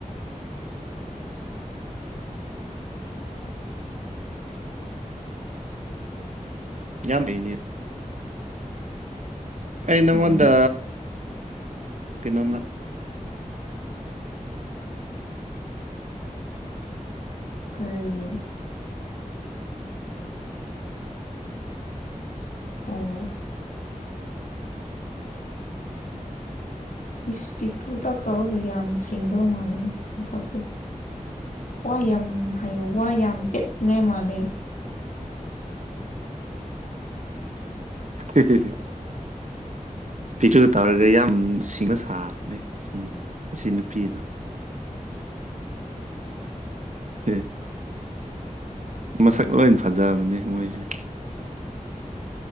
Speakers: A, on the right; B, on the left.
A: ꯌꯥꯝ ꯕꯅꯤ ꯑꯩ ꯅꯪꯉꯣꯟꯗ
B: ꯎꯝ
A: ꯀꯩꯅꯣꯝꯃ
B: ꯀ꯭ꯔꯤ ꯑꯣ ꯏꯁ ꯄꯤꯛꯇ꯭ꯔꯨꯀꯥꯛ ꯇꯧꯔꯒ ꯌꯥꯝ ꯁꯦꯡꯗꯧ ꯃꯥꯜꯂꯦ ꯃꯆꯥꯛꯇꯣ ꯋꯥ ꯌꯥꯝ ꯍꯥꯏꯌ ꯋꯥ ꯌꯥꯝ ꯄꯦꯅꯤꯉꯥꯏ ꯃꯥꯜꯂꯦ
A: ꯍꯤ ꯍꯤ ꯍꯤ ꯄꯤꯛꯇꯔꯤꯗ ꯇꯧꯔꯒ ꯌꯥꯝ ꯁꯤꯡꯕ ꯁꯥꯕꯅꯦ ꯁꯤꯅꯤ ꯁꯤ ꯅꯨꯄꯤꯗ ꯍ ꯃꯁꯛ ꯂꯣꯏꯅ ꯐꯖꯕꯅꯦ ꯃꯣꯏꯁꯦ